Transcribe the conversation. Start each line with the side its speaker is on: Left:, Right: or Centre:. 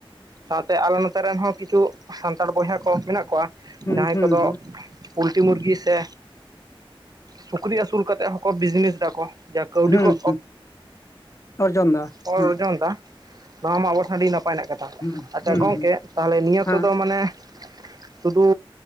Right: ᱥᱟᱶᱛᱮ ᱟᱞᱮ ᱱᱚᱛᱮ ᱨᱮᱱ ᱦᱚᱸ ᱠᱤᱪᱷᱩ ᱥᱟᱱᱛᱟᱲ ᱵᱚᱭᱦᱟ ᱠᱚ ᱢᱮᱱᱟᱜ ᱠᱚᱣᱟ,
Left: ᱦᱩᱸ
Right: ᱡᱟᱦᱟᱸᱭ ᱠᱚᱫᱚ ᱯᱳᱞᱴᱨᱤ ᱢᱩᱨᱜᱤ ᱥᱮ ᱥᱩᱠᱨᱤ ᱟᱹᱥᱩᱞ ᱠᱟᱛᱮᱫ ᱦᱚᱸᱠᱚ ᱵᱤᱡᱽᱱᱮᱥ ᱫᱟᱠᱚ, ᱡᱟ ᱠᱟᱹᱣᱰᱤ
Left: ᱦᱩᱸ
Right: ᱠᱚ
Left: ᱚᱨᱡᱚᱱ ᱫᱟ
Right: ᱚᱨᱡᱚᱱ
Left: ᱾
Right: ᱫᱟ ᱾ ᱱᱚᱣᱟ ᱢᱟ ᱟᱵᱚᱥᱥᱳ ᱟᱹᱰᱤ ᱱᱟᱯᱟᱭ ᱨᱮᱱᱟᱜ ᱠᱟᱛᱷᱟ
Left: ᱦᱩᱸ
Right: ᱾ ᱟᱪᱪᱷᱟ
Left: ᱦᱩᱸ
Right: ᱜᱚᱢᱠᱮ
Left: ᱦᱩᱸ
Right: ᱛᱟᱦᱚᱞᱮ ᱱᱤᱭᱟᱹ
Left: ᱦᱮᱸ
Right: ᱠᱚᱫᱚ ᱢᱟᱱᱮ ᱥᱩᱫᱷᱩ